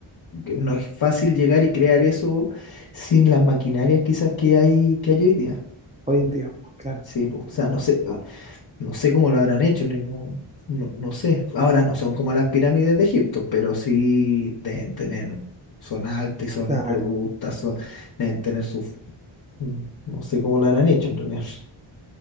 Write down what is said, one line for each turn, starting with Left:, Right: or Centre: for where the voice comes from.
Left: que no es fácil llegar y crear eso sin las maquinarias quizás que hay, que hay hoy día.
Right: hoy en día. Pues claro,
Left: Sí, pues, o sea, no sé, ah, no sé cómo lo habrán hecho, ni- no, no, no sé. Ahora no son como las pirámides de Egipto, pero sí deben tener, un- son altas y son
Right: claro.
Left: robustas, son- deben tener sus Mm, No sé cómo lo habrán hecho en realidad. <laughs>